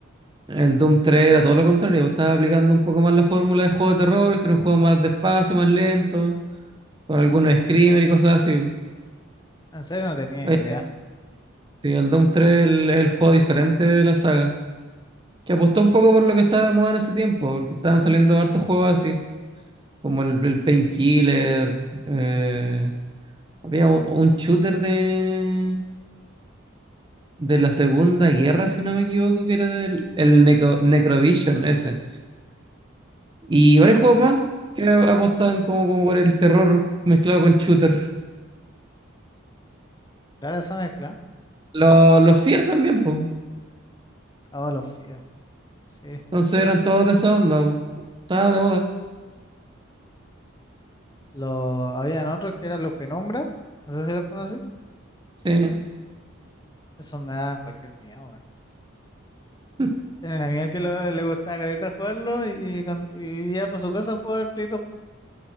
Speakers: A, on the right; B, on the left.
A: El Doom 3 era todo lo contrario, estaba aplicando un poco más la fórmula de juego de terror, que era un juego más despacio, más lento, con algunos screamers y cosas así.
B: En serio no tenía
A: Oye,
B: ni idea.
A: sí, el Doom 3 es el, el juego diferente de la saga, que apostó un poco por lo que estaba de moda en ese tiempo, porque estaban saliendo hartos juegos así, como el, el Painkiller, eh, había un, un shooter de de la Segunda Guerra, si no me equivoco, que era del el Necro- Necrovision ese. Y varios
B: Ya.
A: juegos más que a- apostaban como, como por el terror mezclado con shooter.
B: Claro, esa mezcla.
A: Lo- Los Fear también, pues.
B: Ah, los fíos. Sí.
A: Entonces eran todos de esa onda, po. Estaban de moda.
B: Lo... Habían otros que eran los penumbra. No sé si los conocí.
A: Sí.
B: Eso me da cualquier miedo, weón.
A: <laughs>
B: Tenía una amiga que lo- le gustaba careta jugarlo y, cuan- y iba para su casa a jugar Play Doh.